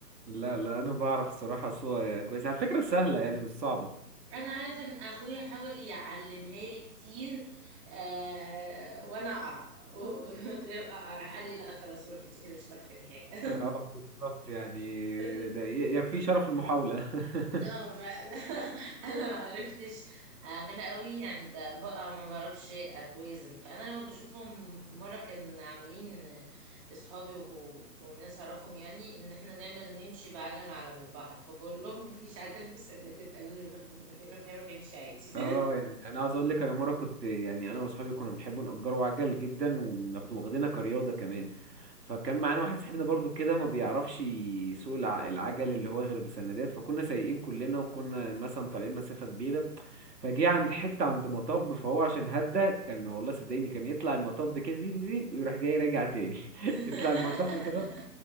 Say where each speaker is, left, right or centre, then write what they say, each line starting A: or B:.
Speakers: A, on the right; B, on the right.
A: لا لا انا بعرف الصراحه صوره كويس على فكره سهله يعني مش صعبه
B: انا عارفة ان اخويا حاول يعلمها لي كتير آه وانا اقع <laughs> اقع راح قال لي لا خلاص روحي انت كده مش هتعرفي تعملي حاجة
A: اه بالظبط يعني
B: <laughs>
A: ده ي- يكفي شرف المحاوله <laughs>
B: لا فانا <laughs> انا ما عرفتش اعملها قوي يعني ب- بقى ما بعرفش اتوازن فانا لما بشوفهم في مره كان عاملين اصحابي و- والناس اعرفهم يعني ان احنا نعمل نمشي بعجل على البحر فبقول لهم مفيش عجل في السندات قالوا لي روحي روحي روحي روحي امشي عادي
A: اه يعني انا عايز اقول لك انا مره كنت يعني انا واصحابي كنا بنحب نأجروا عجل جدا وناخده واخدينها كرياضه كمان فكان معانا واحد صاحبنا برضو كده ما بيعرفش يسوق الع- العجل اللي هو غير بسندات فكنا سايقين كلنا وكنا مثلا طالعين مسافه كبيره فجه عند حته عند مطب فهو عشان هدى كان والله صدقيني كان يطلع المطب كده دي- دي- دي، ويروح جاي راجع تاني <laughs>
B: <laughs>
A: يطلع المطب كده